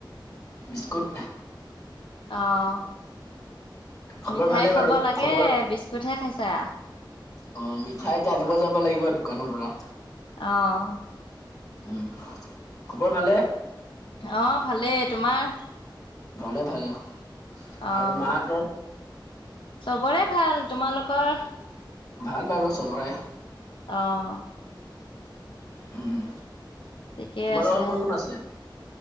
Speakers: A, on the left; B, on the left.
A: বিস্কুট।
B: অ',
A: খবৰ
B: মিঠাই
A: ভালে
B: খাব
A: বাৰু
B: লাগে
A: খবৰ
B: বিস্কুটহে খাইছা।
A: অ', মিঠাই এতিয়া আনিব যাব লাগিব দোকানৰ পৰা।
B: অ'।
A: উম, খবৰ ভালে?
B: অঁ', ভালেই তোমাৰ?
A: ভলে ভাল আৰু
B: অ',
A: মা হতৰ?
B: চবৰে ভাল তোমালোকৰ?
A: ভাল বাৰু চবৰে।
B: অঁ'।
A: উম,
B: ঠিকেই
A: তোমালোকৰ
B: আছে।
A: কোন কোন আছে?